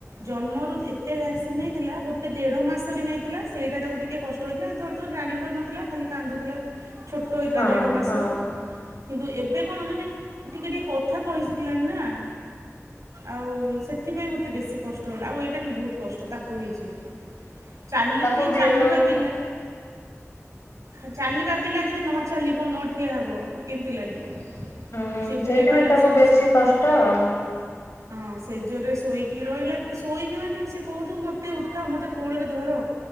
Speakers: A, on the right; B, on the left.
A: ଜନ୍ମରୁ ଏତେ ଭ୍ୟାକ୍ସିନ ନେଇଥିଲା ଗୋଟେ ଦେଢ ମାସରେ ନେଇଥିଲା ସେଇଟା ତାକୁ ଟିକେ କଷ୍ଟ ହେଇଥିଲା ସେତୋ ତ ଜାଣିପାରୁନଥୁଲା ଖାଲି କାନ୍ଦୁଥୁଲା ଛୋଟୋ ହେଇଥିଲା
B: ହଁ
A: ଦେଢ଼ ମାସର।
B: ହଁ
A: କିନ୍ତୁ ଏବେ କଣ ମାନେ ଟିକେ ଟିକେ କଥା କହିସିଖିଲାଣି ନା। ଆଉ ସେଥିପାଇଁ ମତେ ବେଶୀ କଷ୍ଟ ହେଲା ଆଉ ଏଇଟା ବି ବୋହୁତ କଷ୍ଟ ତାକୁ ହେଇଚିବି।
B: <inaudible>
A: ଚାଲି ଯଏ ଚାଲିବା
B: ବି ହଁ
A: ପିଲା ହଁ ଚାଲିବା ପିଲା ଯଦି ନ ଚାଲିବ ନଠିଆ ହେବ କେମିତି ଲାଗିବ।
B: ହୁଁ
A: ସେ
B: ସେଇଥିପାଇଁ
A: ବୁଲି ପାରିଲାନି
B: ତାକୁ
A: ସେମିତି
B: ବେଶୀ କଷ୍ଟ ଆଉ।
A: ହଁ ସେଜରରେ ଶୋଇକି ରହିଲା ଶୋଇକି ମାନେ ସେ କୋହୁଥୁବ ମତେ ଉଠା ମତେ କୋଳୋରେ ଧର।